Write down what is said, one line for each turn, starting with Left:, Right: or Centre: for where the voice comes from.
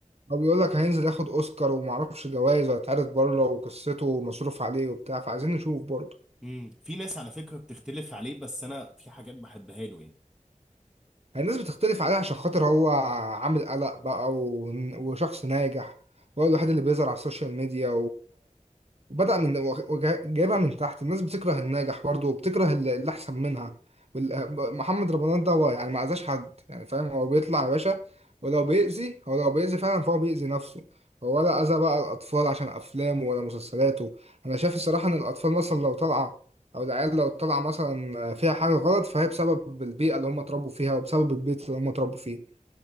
Right: هو بيقول لك هينزل ياخد أوسكار ومعرفش جوائز وهيتعرض بره وقصته مصروف عليه وبتاع فعايزين نشوف برضه
Centre: امم في ناس على فكرة بتختلف عليه بس انا في حاجات بحبها له يعني
Right: يعني الناس بتختلف عليه عشان خاطر هو عامل قلق بقى و... وشخص ناجح وهو الوحيد اللي بيظهر على السوشيال ميديا بدأ من وجا- جايبها من تحت الناس بتكره الناجح برضه وبتكره اللي اللي أحسن منها وال- محمد رمضان ده هو يعني ما أذاش حد يعني فاهم هو بيطلع يا باشا ولو بيأذي هو لو بيأذي فعلا فهو بيأذي نفسه هو ولا أذى بقى الأطفال عشان أفلامه ولا مسلسلاته أنا شايف الصراحة إن الأطفال مثلا لو طالعة أو العيال لو طالعة مثلا فيها حاجة غلط فهي بسبب البيئة اللي هم اتربوا فيها وبسبب البيت اللي هم اتربوا فيه